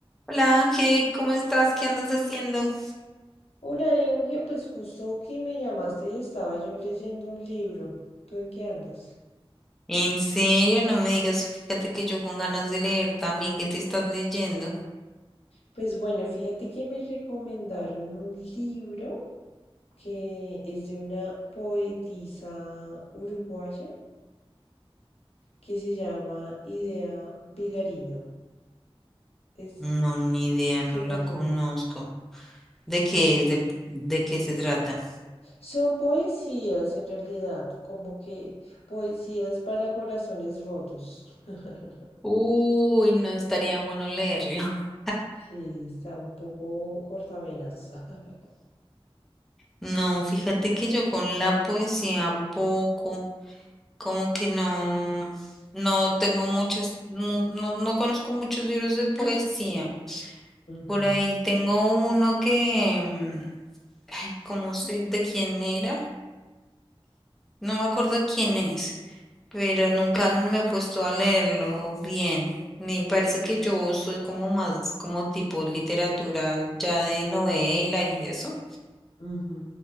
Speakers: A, in the centre; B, on the left.
A: Hola Ángel, ¿cómo estás? ¿Qué andas haciendo?
B: Hola, Euge, pues justo que me llamaste y estaba yo leyendo un libro. ¿Tú en qué andas?
A: En serio, no me digas, fíjate que yo con ganas de leer también, ¿qué te estás leyendo?
B: Pues bueno, fíjate que me recomendaron un libro que es de una poetisa uruguaya que se llama Idea Vilariño. Es
A: No, ni
B: súper
A: idea, no la conozco.
B: lindo.
A: ¿De qué
B: Sí, p-
A: es? ¿De, de qué se trata?
B: son poesías en realidad, como que poesías para corazones rotos. <laughs>
A: Uy, no estaría bueno leerlo. <laughs>
B: Sí, está un poco cortavenas. <laughs>
A: No, fíjate que yo con la poesía poco, como que no, no tengo muchas, no, no, no conozco muchos libros de poesía.
B: Ujú.
A: Por ahí tengo uno que... Ay, ¿cómo sé de quién era? No me acuerdo quién es, pero nunca me he puesto a leerlo bien. Me parece que yo soy como más, como tipo literatura ya de novela y eso,
B: Ujú.